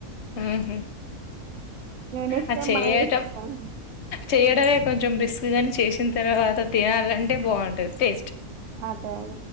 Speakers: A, on the left; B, on the right.
A: ఆహ
B: నెక్స్ట్
A: ఆ
B: టైం
A: చేయట
B: బాగా చేసుకుంటాం
A: చేయడమే కొంచెం రిస్క్ గాని చేసిన తర్వాత తినాలంటే బాగుంటది ేస్ట్
B: అదే అదే